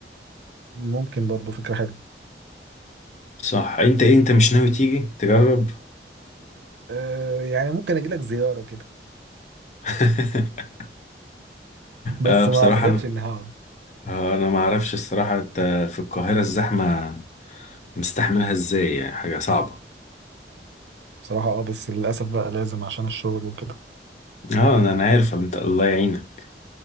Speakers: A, on the right; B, on the left.
A: ممكن برضو فكرة حلوة
B: صح انت ايه انت مش ناوي تيجي تجرب
A: آه، يعني ممكن اجي لك زيارة كده
B: <laughs>
A: بس
B: آه بصراحة
A: ما اعتقدش
B: انا
A: ان هقعد
B: آه، أنا ما اعرفش الصراحة انت في القاهرة الزحمة مستحملها ازاي يعني حاجة صعبة
A: بصراحة اه بس للاسف بقى لازم عشان الشغل وكده
B: اه انا أنا عارف انت الله يعينك